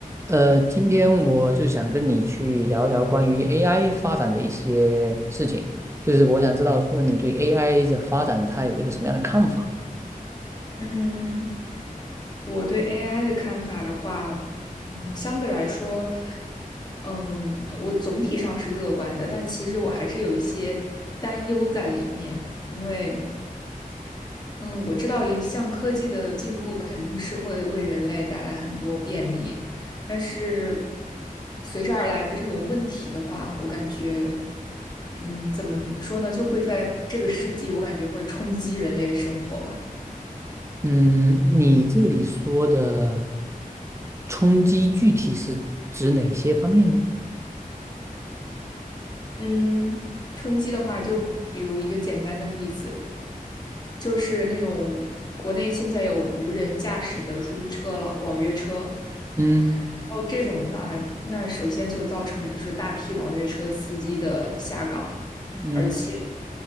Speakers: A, on the right; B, on the left.
A: 呃，今天我就想跟你去聊一聊关于 AI 发展的一些事情，就是我想知道说你对 AI 的发展它有一个什么样的看法？
B: 嗯，我对 AI 的看法的话，嗯，相对来说，嗯，我总体上是乐观的，但其实我还是有一些担忧在里面，因为，嗯，我知道一项科技的进步肯定是会为人类带来很多便利，但是随之而来的这种问题的话，我感觉，嗯，怎么说呢，就会在这个世纪，我感觉会冲击人类的生活吧。
A: 嗯，你这里说的冲击具体是指哪些方面呢？
B: 嗯，冲击的话，就比如一个简单的例子，就是那种国内现在有无人驾驶的出租车了，网约车。
A: 嗯
B: 然后这种的话，那首先就造成的就是大批网约车司机的下岗，
A: 嗯
B: 而且